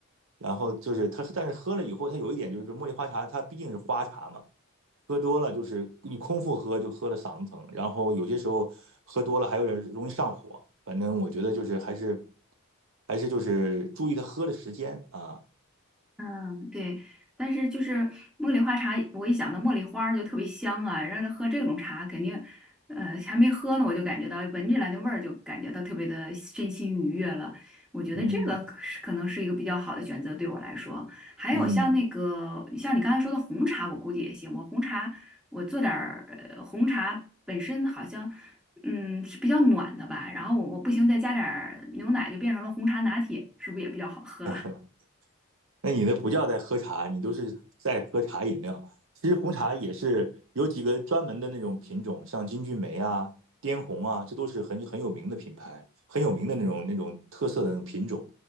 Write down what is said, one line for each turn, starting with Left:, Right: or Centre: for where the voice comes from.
Right: 然后就是它，但是喝了以后，它有一点就是茉莉花茶，它毕竟是花茶嘛，喝多了就是你空腹喝就喝了嗓子疼，然后有些时候喝多了还有点容易上火。反正我觉得就是还是还是就是注意它喝的时间啊，
Centre: 嗯，对，但是就是茉莉花茶，我一想到茉莉花儿就特别香啊，让他喝这种茶肯定，呃，还没喝呢，我就感觉到闻起来那味儿就感觉到特别的身心愉悦了。我觉得这个可是可能是一个比较好的选择对我来说。
Right: 嗯
Centre: 还有像那个像你刚才说的红茶，
Right: 嗯。
Centre: 我估计也行。我红茶我做点儿呃红茶本身好像嗯是比较暖的吧，然后我我不行再加点儿牛奶就变成了红茶拿铁，是不是也比较好喝？啊？
Right: <laughs> 那你那不叫在喝茶，你都是在喝茶饮料。其实红茶也是有几个专门的那种品种，像金骏眉啊、滇红啊，这都是很很有名的品牌，很有名的那种那种特色的那种品种。